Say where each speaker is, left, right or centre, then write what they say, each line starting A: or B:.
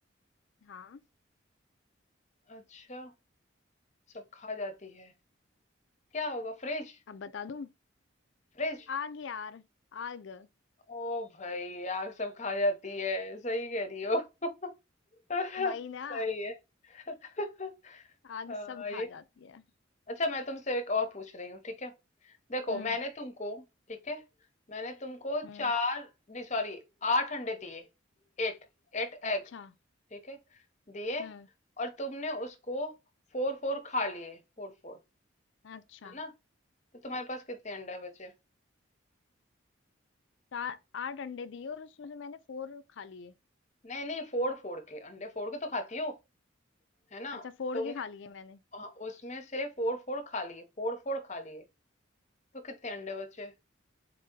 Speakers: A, on the left; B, on the left.
A: हाँ
B: अच्छा सब खा जाती है क्या होगा फ्रिज
A: अब बता दूं
B: फ्रिज
A: आग यार आग
B: ओ भाई आग सब खा जाती है सही कह रही हो <laughs>
A: वही ना
B: सही है <laughs> हाँ,
A: आग सब खा
B: ये
A: जाती है
B: अच्छा मैं तुमसे एक और पूछ रही हूँ ठीक है देखो
A: हम्म
B: मैंने तुमको ठीक है मैंने तुमको
A: हम्म
B: चार नहीं सॉरी आठ अंडे दिए एट एट
A: अच्छा
B: एग ठीक है दिए
A: हम्म
B: और तुमने उसको फोर फोर खा लिए फोर फोर
A: अच्छा
B: है ना तो तुम्हारे पास कितने अंडे बचे
A: चार आठ अंडे दिए और उसमें से मैंने फोर खा लिए
B: नहीं नहीं फोड़ फोड़ के अंडे फोड़ के तो खाती हो है ना
A: अच्छा फोड़
B: तुमने
A: के खा लिए मैंने
B: हाँ, उसमें से फोर फोर खा लिए फोर फोर खा लिए तो कितने अंडे बचे